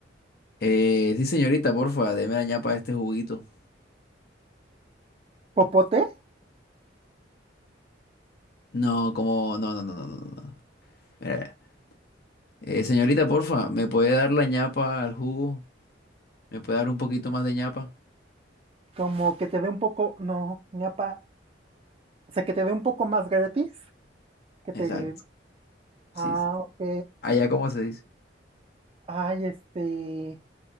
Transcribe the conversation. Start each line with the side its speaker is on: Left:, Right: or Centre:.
Left: Eh, sí, señorita, porfa, deme la ñapa de este juguito.
Right: ¿Popote?
Left: No, como, no, no, no, no, no, no. Mira, mira. Eh, señorita, porfa, ¿me puede dar la ñapa al jugo? ¿Me puede dar un poquito más de ñapa?
Right: Como que te dé un poco. No, ñapa. O sea, que te dé un poco más gratis. Que te.
Left: Exacto, sí,
Right: Ah,
Left: sí.
Right: ok.
Left: Allá, ¿cómo se dice?
Right: Ay, este.